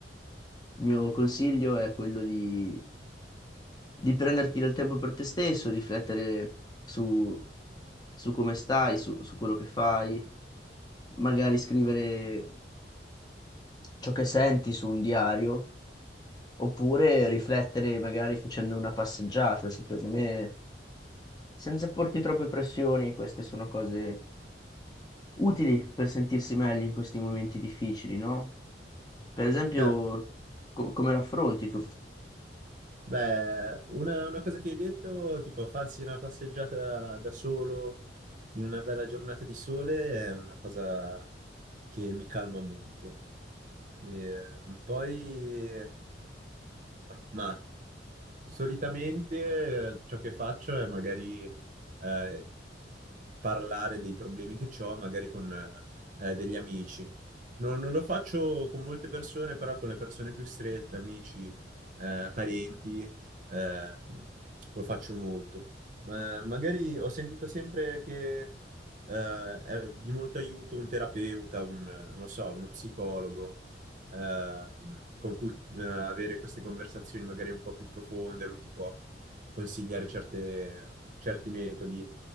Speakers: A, on the left; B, on the right.
A: Il mio consiglio è quello di, di prenderti del tempo per te stesso, riflettere su, su come stai, su, su quello che fai, magari scrivere ciò che senti su un diario, oppure riflettere magari facendo una passeggiata, secondo me, senza porti troppe pressioni, queste sono cose utili per sentirsi meglio in questi momenti difficili, no? Per esempio,
B: Certo,
A: com- come raffronti tu?
B: beh, una, una cosa che hai detto, tipo farsi una passeggiata da solo in una bella giornata di sole è una cosa che mi calma molto. Ehm, poi, eh, ma solitamente eh, ciò che faccio è magari eh, parlare dei problemi che ho, magari con eh, degli amici. Non, non lo faccio con molte persone, però con le persone più strette, amici, eh, parenti, eh, lo faccio molto. Ma magari ho sentito sempre che eh, è di molto aiuto un terapeuta, un, non lo so, uno psicologo eh, con cui eh, avere queste conversazioni magari un po' più profonde, lui ti può consigliare certe- certi metodi